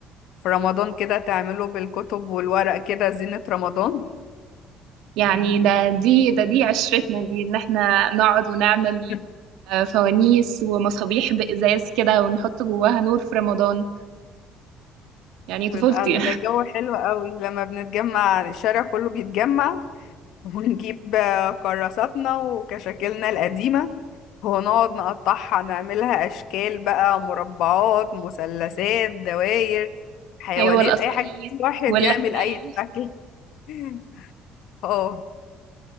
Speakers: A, on the left; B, on the right.
A: في رمضان كده تعملوا بالكتب والورق كده زينة رمضان
B: يعني ده دي ده دي عشرتنا دي ان احنا نقعد ونعمل
A: <laughs>
B: آه، فوانيس ومصابيح بإزاز كده ونحط جواها نور في رمضان يعني طفولتي
A: بيبقى الجو حلو قوي لما بنتجمع الشارع كله بيتجمع <laughs> ونجيب آه، كراساتنا وكشاكلنا القديمة ونقعد نقطعها نعملها أشكال بقى مربعات مثلثات دواير
B: <laughs>
A: حيوانات
B: أيوة القصائص
A: أي حاجة الواحد
B: والحبال
A: يعمل أي شكل <laughs> اه